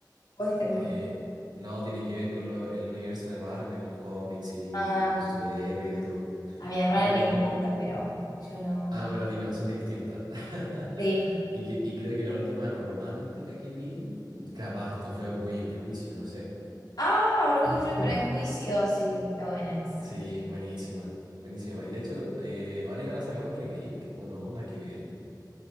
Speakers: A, on the left; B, on the right.
A: Vos esta que
B: eh,
A: me estás-
B: no, tiene que ver con lo- el universo de Marvel, los cómics y
A: Ah,
B: superhéroes y de todo.
A: a mi hermana
B: Y creo
A: le
B: que
A: encanta,
B: la última...
A: pero yo no.
B: Ah, pero a ti no, son distintas. <laughs>
A: Sí.
B: Y, que- y creo que la última romántica que vi, capaz hasta fue Orgullo y Prejuicio, no sé.
A: Ah, Orgullo y Prejuicio, sí, está buena esa.
B: Sí, buenísima, buenísima. Y de hecho, eh, ahora iban a sacar un remake, o no, nada que ver.